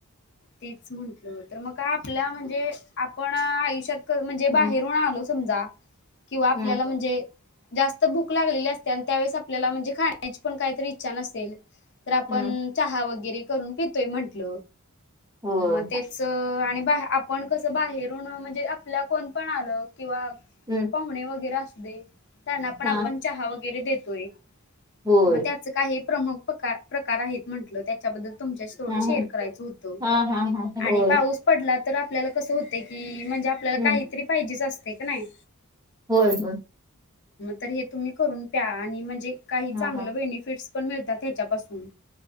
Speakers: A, on the left (about 55°); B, on the right (about 15°).
A: तेच म्हटल तर मग आपल्या म्हणजे पण आयुष्यात म्हणजे
B: हम्म
A: बाहेरून आलो समजा किंवा आपल्याला
B: हम्म
A: म्हणजे जास्त भूक लागलेली असते आणि त्यावेळेस आपल्याला म्हणजे खाण्याची पण काहीतरी इच्छा नसेल तर
B: हम्म
A: आपण चहा वगैरे करून पितोय म्हंटल
B: होय
A: मग ते आणि बा आपण कसं बाहेरून म्हणजे आपल्या कोण पण आलं किंवा
B: हम्म.
A: णे वगैरे अस त्यांना पण आपण
B: हा
A: चहा वगैरे देतोय.
B: होय
A: मग त्याच काही प्रमुख प्रकार प्रकार आहेत म्हंटलं त्याच्याबद्दल तुमच्याशी थोडं
B: हा
A: शेअर करायचं होतं
B: हा हा हा हा
A: आणि
B: होय
A: पाऊस पडला तर आपल्याला कसं होते की म्हणजे आपल्याला
B: हम्म
A: काहीतरी पाहिजेच असते क नाही.
B: हो हो.
A: तर हे तुम्ही करून प्या आणि म्हणजे काही चांगलं
B: हा हा
A: बेनिफिट पण मिळतात त्याच्या पासून